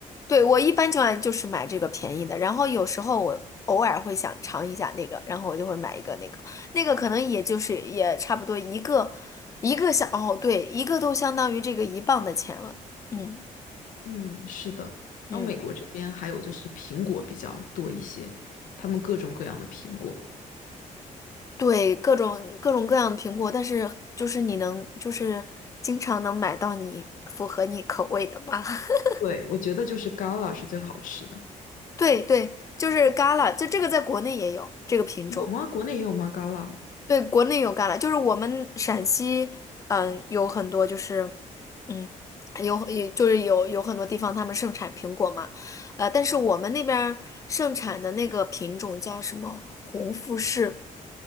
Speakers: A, on the left (about 25°); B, on the left (about 80°).
A: 对，我一般情况下就是买这个便宜的，然后有时候我偶尔会想尝一下那个，然后我就会买一个那个，那个可能也就是也差不多一个一个相，哦，对，一个都相当于这个一磅的钱了。嗯
B: 嗯，是的。
A: 嗯。
B: 然后美国这边还有就是苹果比较多一些，他们各种各样的苹果。
A: 对，各种各种各样的苹果，但是就是你能就是经常能买到你符合你口味的吧？<laughs>
B: 对，我觉得就是 Gala 是最好吃的。
A: 对对，就是 Gala，这这个在国内也有这个品种，
B: 有吗？国内也有吗？Gala
A: 对，国内有 g a 就是我们陕西，嗯，有很多就是嗯，有也就是有有很多地方他们盛产苹果嘛，呃，但是我们那边儿盛产的那个品种叫什么红富士。